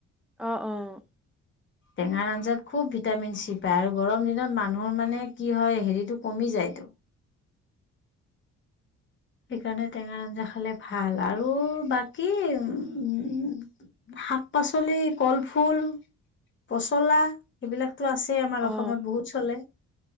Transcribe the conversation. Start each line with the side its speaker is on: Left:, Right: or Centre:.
Centre: অ', - অ',
Left: টেঙাৰ আঞ্জাত খুব ভিটামিন চি পায় আৰু গৰম দিনত মানুহৰ মানে কি হয় হেৰিটো কমি যায় তো। সেইকাৰণে টেঙা আঞ্জা খালে ভাল আৰু বাকী উ- উ শাক-পাচলি, কলফুল, পচলা এইবিলাক। তো আছেই আমাৰ
Centre: অ
Left: অসমত বহুত চলে।